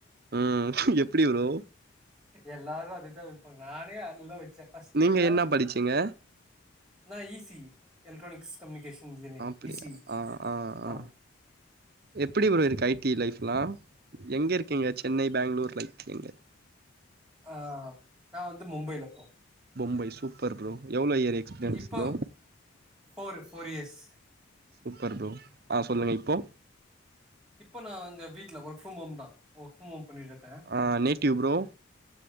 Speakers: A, on the right (about 50°); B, in the centre.
A: ம் எப்டி வரு
B: எல்லாரு அதுதா வைப்பாங்க நானே அதுல தா வச்சே ஃபஸ்ட்
A: நீங்க
B: இயர்ல
A: என்ன படிச்சீங்க
B: நா ஈசி எலக்ட்ரானிக்ஸ் கம்யூனிகேஷன் இன்ஜினியரிங்
A: அப்டியா
B: ஈஸி
A: ஆ ஆ ஆ
B: ஆம்
A: எப்டி ப்ரோ இருக்கு ஐ டி லைஃப்லா எங்க இருக்கீங்க சென்னை பெங்களூர் லை எங்க
B: ஆ நா வந்து மும்பைில ப்ரோ
A: பொம்பை சூப்பர் ப்ரோ எவ்ளோ இயர் எக்ஸ்பீரியன்ஸ்
B: இப்ப
A: bro
B: four four years
A: super bro ஆ சொல்லுங்க இப்போ
B: இப்ப நா எங்க வீட்ல ஒர்க் ஃப்ர ஹோம் தா ஒர்க் ஃப்ர ஹோம் பண்ணிட்ருக்கே
A: ஆ நேட்டிவ் ப்ரோ